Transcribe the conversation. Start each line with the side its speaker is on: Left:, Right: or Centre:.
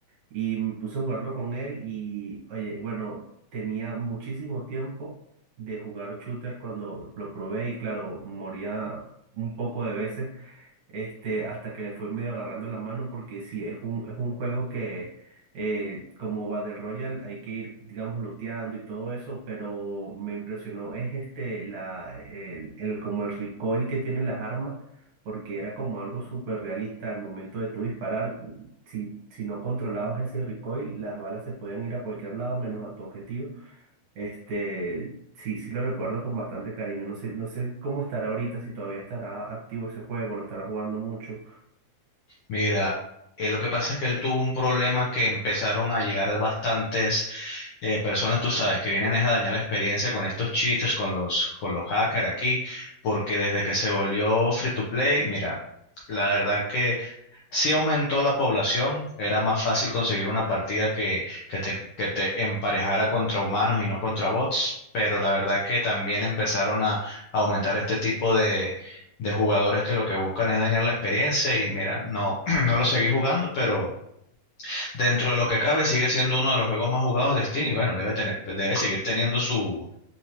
Right: y me puse a jugarlo con él y, oye, bueno, tenía muchísimo tiempo de jugar shooter cuando lo probé y claro, moría un poco de veces, este, hasta que le fui medio agarrando la mano porque sí, es un, es un juego que eh, como Battle Royale hay que ir, digamos, looteando y todo eso, pero me impresionó es este, la, el, el- como el recoil que tienen las armas. Porque era como algo súper realista al momento de tú disparar. Si, si no controlabas ese recoil, las balas se podían ir a cualquier lado menos a tu objetivo. Este, sí, sí lo recuerdo con bastante cariño. No sé, no sé cómo estará ahorita, si todavía estará activo ese juego, lo estará jugando mucho.
Left: Mira, eh, lo que pasa es que él tuvo un problema que empezaron a llegar bastantes eh, personas, tú sabes, que vienen es a dañar la experiencia con estos cheaters, con los, con los hackers aquí, porque desde que se volvió free to play, mira, la verdad que Sí aumentó la población, era más fácil conseguir una partida que, que te, que te emparejara contra humanos y no contra bots, pero la verdad que también empezaron a, a aumentar este tipo de, de jugadores que lo que buscan es dañar la experiencia y mira, no, <clears throat> no lo seguí jugando, pero dentro de lo que cabe sigue siendo uno de los juegos más jugados de Steam y bueno, debe tener, debe seguir teniendo su,